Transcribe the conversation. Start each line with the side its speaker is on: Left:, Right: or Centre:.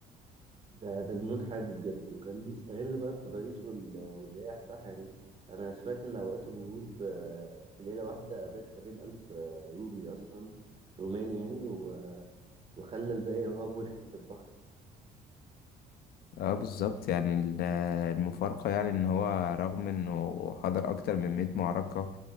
Right: ده ده جنون حرب بجد وكان بيستغل بقى التضاريس وال- والرياح صح يعني أنا سمعت إن أوقات الهروب آه، في ليلة واحدة قابلت سبعين ألف آه، رومي أصلا رومان يعني و- وخلى الباقي يهربوا ناحية البحر
Left: اه بالظبط يعني ال- المفارقة يعني ان هو رغم انه حضر اكتر من مئة معركة